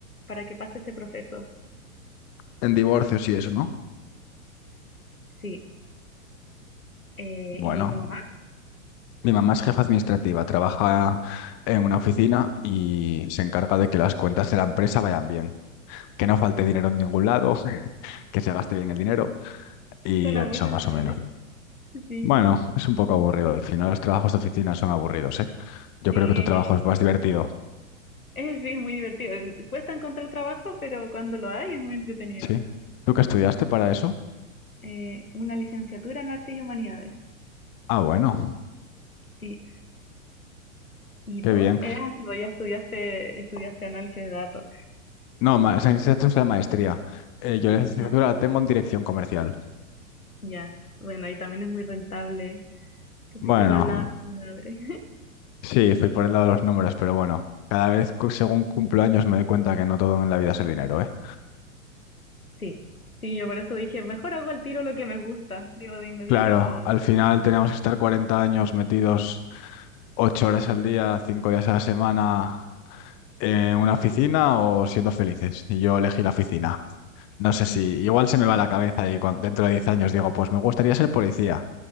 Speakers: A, on the left; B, on the left.
A: para que pase ese proceso.
B: en divorcios y eso, ¿no?
A: Sí. Eh,
B: Bueno,
A: ¿y tu mamá?
B: mi mamá es jefa administrativa, trabaja en una oficina y se encarga de que las cuentas de la empresa vayan bien, que no falte dinero en ningún lado, <laughs> que se gaste bien el dinero y
A: Suena
B: eso
A: muy rentable.
B: más o menos.
A: Sí,
B: Bueno, es un poco aburrido. Al final los trabajos de oficina son aburridos, ¿eh? Yo
A: sí,
B: creo que tu
A: ella.
B: trabajo es más divertido,
A: eh, sí, es muy divertido. Cuesta encontrar trabajo, pero cuando lo hay es muy entretenido.
B: ¿sí? ¿Tú qué estudiaste para eso?
A: Eh, una licenciatura en Artes y Humanidades.
B: Ah, bueno,
A: Sí. ¿Y
B: qué
A: tú?
B: bien.
A: Eh, ah, sí, pues ya estudiaste, estudiaste análisis de datos.
B: No, ma- esa licenciatura es la maestría. Eh, yo la licenciatura
A: Ya,
B: la tengo en dirección comercial.
A: ya. Bueno, ahí también es muy rentable. Te
B: Bueno,
A: fuiste por el lado de
B: sí, fui por el lado de los números, pero bueno, cada vez cu- según cumplo años me doy cuenta que no todo en la vida es el dinero, ¿eh?
A: Sí, sí, yo por eso dije, mejor hago al tiro lo que me gusta. Digo, de inmediato
B: Claro,
A: lo...
B: al final tenemos que estar 40 años metidos 8 horas al día, 5 días a la semana en una oficina o siendo felices. Y yo elegí la oficina.
A: <laughs>
B: No sé si igual se me va la cabeza y cuan- dentro de 10 años digo, pues me gustaría ser policía.